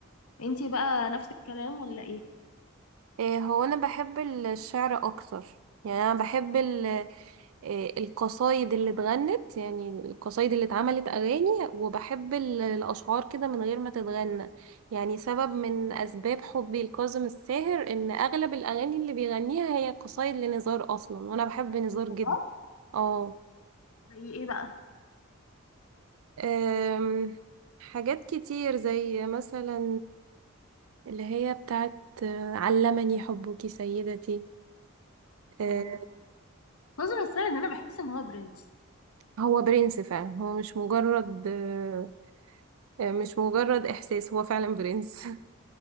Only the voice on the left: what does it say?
انتي بقى نفس الكلام ولا ايه
بجد
زي ايه بقى
اه ناظر السيد انا بحس ان هو برنس